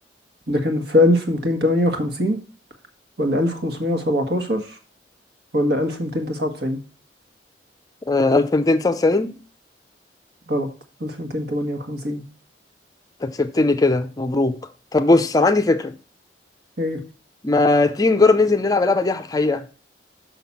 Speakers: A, on the right; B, on the left.
A: ده كان في 1258 ولا 1517 ولا 1299
B: آه 1299
A: غلط 1258
B: انت كسبتني كده مبروك طب بص انا عندي فكرة
A: ايه
B: ما تيجي نجرب ننزل نلعب اللعبة دي على الحقيقة